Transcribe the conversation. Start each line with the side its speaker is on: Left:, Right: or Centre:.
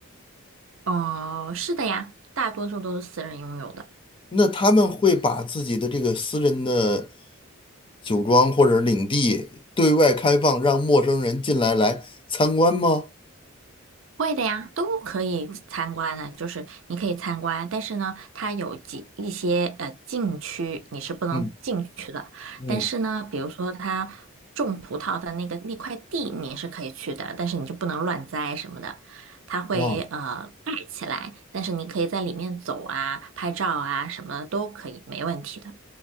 Right: 哦，是的呀，大多数都是私人拥有的。
Left: 那他们会把自己的这个私人的酒庄或者领地对外开放，让陌生人进来来参观吗？
Right: 会的呀，都可以嗯参观的，就是你可以参观，但是呢，它有几一些呃禁区你是不能进去的，
Left: 嗯嗯，
Right: 但是呢，比如说它种葡萄的那个那块地你是可以去的，但是你就不能乱栽什么的，它会呃盖起来，
Left: 啊。
Right: 但是你可以在里面走啊、拍照啊什么的都可以，没问题的。